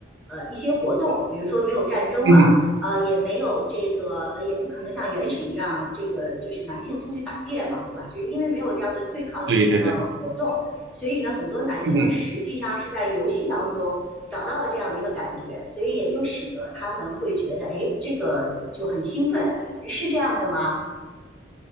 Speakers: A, in the centre; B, on the right (about 80°).
A: 呃一些活动，比如说没有战争了，
B: 嗯哼
A: 呃，也没有这个，呃也不可能像原始一样，这个就是男性出去打猎嘛，对吧？就是因为没有这样的对抗性的活动，
B: 对对对，
A: 所以呢，很多男性实际上是在游戏当中找到了这样的一个感觉，
B: 嗯
A: 所以也就使得他们会觉得，哎，这个就很兴奋，是这样的吗？